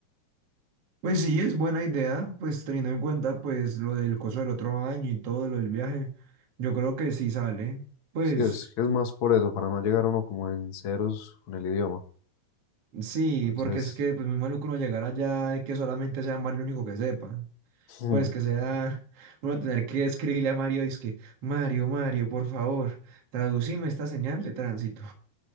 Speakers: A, on the right; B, on the left.
A: Pues sí, es buena idea, pues teniendo en cuenta pues lo del coso del otro año y todo lo del viaje, yo creo que sí sale. Pues
B: Sí, es que es más por eso, para no llegar uno como en ceros con el idioma.
A: sí,
B: Entonces,
A: porque es que pues muy maluco uno llegar allá y que solamente sea Mario el único que sepa.
B: <laughs>
A: Pues que sea <laughs> uno tener que escribirle a Mario, es que Mario, Mario, por favor, traducime esta señal de tránsito.